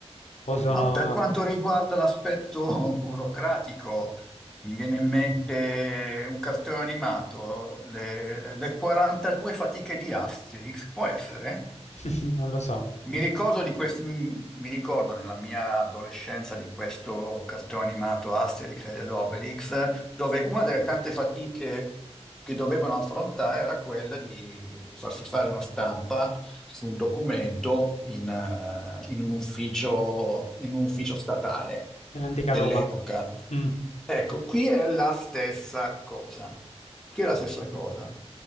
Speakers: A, on the left (about 85°); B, in the centre.
A: o sono,
B: Ma per quanto riguarda l'aspetto <laughs> burocratico, mi viene in mente un cartone animato, le, le 42 fatiche di Asterix, può essere?
A: <laughs> non lo so,
B: Mi ricordo, di quest- mi ricordo nella mia adolescenza di questo cartone animato Asterix ed Obelix, dove una delle tante fatiche che dovevano affrontare era quella di farsi fare una stampa su un documento in, eh, in un ufficio, in un ufficio statale
A: nell'antica
B: dell'epoca.
A: Roma. Mm.
B: Ecco, qui è la stessa cosa. Qui è la stessa cosa.